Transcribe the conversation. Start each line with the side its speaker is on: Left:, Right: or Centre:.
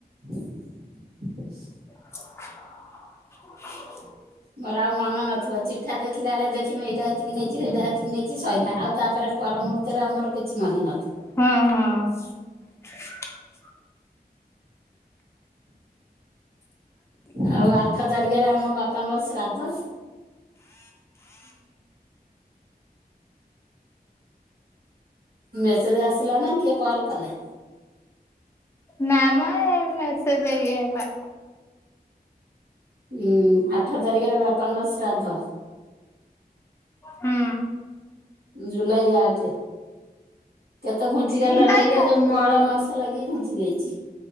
Right: <unintelligible>
Left: <unintelligible>
Right: ମୋର ଆଉ ମନ ନଥିବ। ଚିଠା ଦେଖିଲା ବେଳେ ଦେଖମି ଏଇଟା ଏତିକି ନେଇଛି, ସେଇଟା ଏତିକି ନେଇଛି, ସଇିଲା। ଆଉ ତାପରେ ପରମୂହୂର୍ତ୍ତରେ ଆମର କିଛି ମନେ ନଥ
Left: ହୁଁ ହୁଁ।
Right: ଆଉ ଆଠ ତାରିଖ ରେ ଆମ ବାପାଙ୍କ ଶ୍ରାଦ୍ଧ। ମେସେଜ ଆସିଲା ନା, କିଏ କଲ କଲା?
Left: ନା-ଆ ମ ମେସେଜ ଇଏ ହେଲା।
Right: ହୁଁ ଆଠ ତାରିଖରେ ବାପାଙ୍କ ଶ୍ରାଦ୍ଧ।
Left: ହୁଁ।
Right: ଜୁଲାଇ ଆଠେ କେତେ ଘୁଞ୍ଚି ଗଲା
Left: ଜୁଲାଇ
Right: କହିଲେ ଏଇ
Left: ଆଠରେ
Right: ଯୋଉ ମଳ ମାସ ଲାଗି। କି ଘଞ୍ଚି ଯାଇଚି।